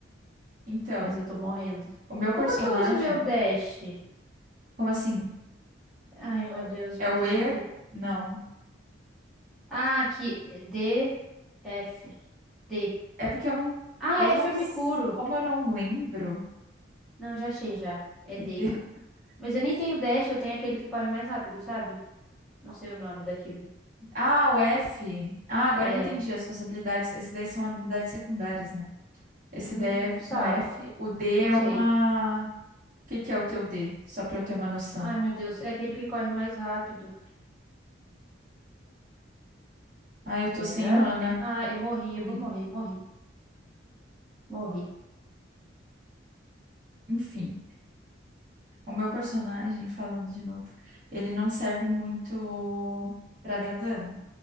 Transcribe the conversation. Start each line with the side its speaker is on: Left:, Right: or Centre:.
Right: Então,
Centre: mas eu tô morrendo.
Right: o meu
Centre: Como
Right: personagem,
Centre: é que eu uso meu dash?
Right: como assim?
Centre: Ai, meu Deus,
Right: É
Centre: apertei
Right: o E?
Centre: sem querer.
Right: Não.
Centre: Ah, aqui, é D, F, D.
Right: É porque eu não,
Centre: Ah,
Right: eu não,
Centre: F
Right: s-
Centre: eu me curo.
Right: como eu não lembro.
Centre: Não, já achei já. É
Right: entendeu?
Centre: D. Mas eu
Right: <laughs>
Centre: nem tenho dash, eu tenho aquele que corre mais rápido, sabe? Não sei o nome daquilo.
Right: Ah, o F. Ah, agora
Centre: É,
Right: eu entendi as suas habilidades. Esse daí são habilidades secundárias, né? Esse
Centre: hum,
Right: daí é
Centre: sabo,
Right: com F. O D
Centre: não
Right: é
Centre: sei.
Right: uma. O que que é o teu D? Só pra eu ter uma noção.
Centre: Ai, meu Deus, é aquele que corre mais rápido.
Right: Ah, eu tô
Centre: Pera.
Right: sem mana.
Centre: Ah, eu morri,
Right: Morri.
Centre: eu vou morrer, morri, morri.
Right: Enfim. O meu personagem, falando de novo, ele não serve muito pra dar dano.